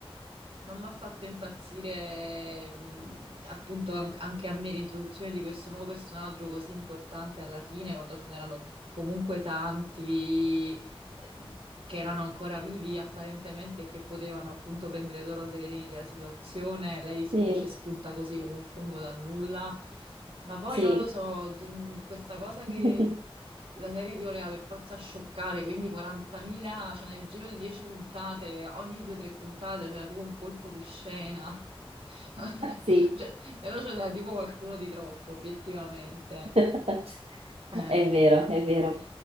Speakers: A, on the right; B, on the right.
A: mi ha fatto impazzire mh, appunto an- anche a me l'introduzione di questo nuovo personaggio così importante alla fine, quando ce n'erano comunque tanti eh, che erano ancora vivi apparentemente e che potevano appunto prendere loro le redini della situazione, lei
B: sì,
A: invece spunta così come un fungo dal nulla. Ma poi
B: sì.
A: non lo so, d- questa cosa che
B: <laughs>
A: la serie ti voleva per forza scioccare, quindi 40.000, cioè nel giro di 10 puntate, ogni 2-3 puntate c'era tipo un colpo di scena. <laughs>
B: Sì,
A: Cioè, però c'era tipo qualcuno di troppo, obiettivamente.
B: <laughs>
A: Eh,
B: è vero, è vero.